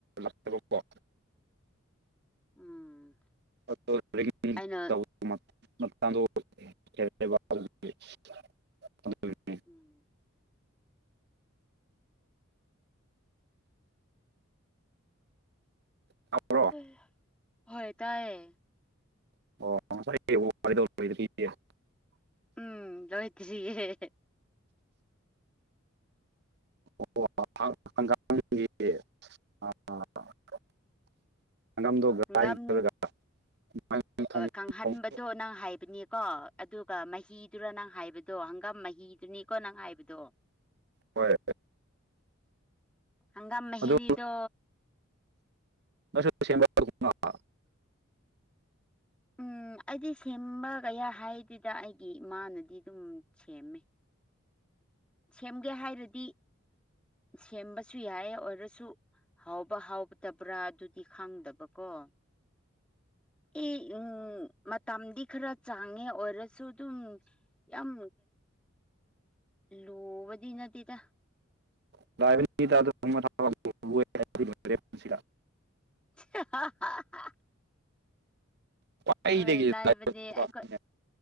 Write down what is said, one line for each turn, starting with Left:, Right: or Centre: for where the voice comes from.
Right: ꯂꯥꯛꯇꯕꯀꯣ
Centre: ꯎꯝ
Right: <unintelligible>
Centre: ꯑꯩꯅ
Right: ꯑꯗꯨꯒꯤꯅꯤ
Centre: ꯎꯝ
Right: ꯇꯥꯕ꯭ꯔꯣ
Centre: ꯍ ꯍꯣꯏ ꯇꯥꯏꯌꯦ
Right: ꯑꯣ ꯉꯁꯥꯏꯗ ꯄꯦ
Centre: ꯎꯝ ꯂꯋꯥꯇꯔꯤꯌꯦ
Right: <unintelligible> <unintelligible>
Centre: ꯍꯪꯒꯥꯝ ꯀꯪꯍꯟꯕꯗꯣ
Right: ꯊꯣꯡ
Centre: ꯅꯪ ꯍꯥꯏꯕꯅꯤꯀꯣ ꯑꯗꯨꯒ ꯃꯍꯤꯗꯨꯅ ꯅꯪ ꯍꯥꯏꯕꯗꯣ ꯍꯪꯒꯥꯝ ꯃꯍꯤ ꯍꯤꯗꯨꯅꯤꯀꯣ ꯅꯪ ꯉꯥꯏꯕꯗꯣ
Right: ꯍꯣꯏ
Centre: ꯍꯪꯒꯥꯝ ꯃꯍꯤꯗꯣ
Right: ꯑꯗꯨ <unintelligible>
Centre: ꯎꯝ ꯑꯩꯗꯤ ꯁꯦꯝꯕꯒꯌꯥ ꯍꯥꯏꯗꯨꯗ ꯑꯩꯒꯤ ꯏꯃꯥꯅꯗꯤ ꯑꯗꯨꯝ ꯁꯦꯝꯃꯦ ꯁꯦꯝꯒꯦ ꯍꯥꯏꯔꯗꯤ ꯁꯦꯝꯕꯁꯨ ꯌꯥꯏ ꯑꯣꯏꯔꯁꯨ ꯍꯥꯎꯕ ꯍꯥꯎꯗꯕ꯭ꯔꯥ ꯑꯗꯨꯗꯤ ꯈꯪꯗꯕꯀꯣ ꯑꯦ ꯎꯝ ꯃꯇꯝꯗꯤ ꯈꯔ ꯆꯥꯡꯉꯦ ꯑꯣꯏꯔꯁꯨ ꯑꯗꯨꯝ ꯌꯥꯝ ꯂꯨꯕꯗꯤ ꯅꯠꯇꯦꯗ
Right: <unintelligible> ꯍꯥꯏꯕꯗꯤ ꯂꯣꯏꯔꯦ ꯄꯨꯟꯁꯤꯗ
Centre: <unintelligible>
Right: ꯈ꯭ꯋꯥꯏꯗꯒꯤ
Centre: ꯍꯣꯏ ꯂꯥꯏꯕꯅꯦ
Right: ꯂꯥꯏꯕꯛꯅꯦ
Centre: ꯑꯩꯈꯣꯏ